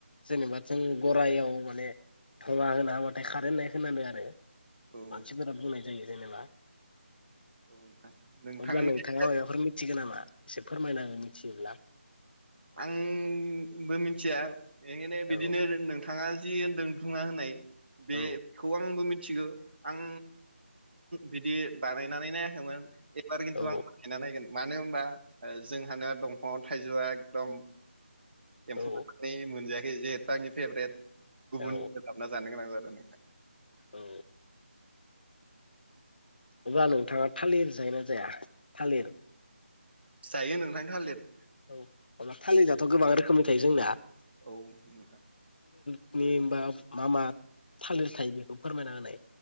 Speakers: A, on the left; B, on the right.
A: जेनेबा जों गरायाव माने थवा होना होबाथाय खारो होननाय खोनादों आरो
B: औ
A: मानसिफोरा बुंनाय जायो जेनेबा
B: औ नोंथां नोंथांनि
A: अब्ला नोंथाङा माइबाफोर मिथिगौ नामा एसे फोरमायनाहो मिथियोब्ला
B: आंबो मिथिया बेखायनो बिदिनो
A: औ
B: नोंथाङा जि होनदों बुंना होनाय बेखौ
A: औ
B: आंबो मिथ मिथिगौ आं बिदि बानायनानैनो <unintelligible> एबार खिन्तु
A: औ
B: आं बानायना नायगोन <unintelligible> मानो होनबा ओ जोंहाना दंफांयावथाइजौआ दम एम्फौ
A: औ
B: जानानै मोनजायाखै <unintelligible> जेतानि फेभरेट गुबुनावसो
A: औ
B: हाबना जानो गोनां जा <unintelligible>
A: औ अब्ला नोंथाङा थालिर जायोना जाया थालिर
B: जायो नोंथां थालिर
A: औ अब्ला थालिराथ' गोबां रोखोमनि थायो जोंना
B: औ नोंथां।
A: नि बा मा मा थालिर थायो बेखौ फोरमायना होनाय